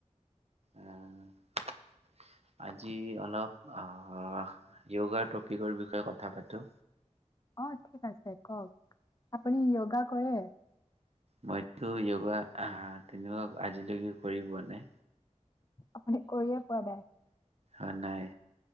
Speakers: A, on the right (about 55°); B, on the left (about 30°).
A: আহ আজি অলপ আহ য়োগাৰ টপিকৰ বিষয়ে কথা পাতো
B: অ ঠিক আছে কওক আপুনি য়োগা কৰে।
A: মইতো য়োগা আহ তেনেকুৱা আজিলৈকে কৰি পোৱা নাই।
B: আপুনি কৰিয়ে পোৱা নাই।
A: অ নাই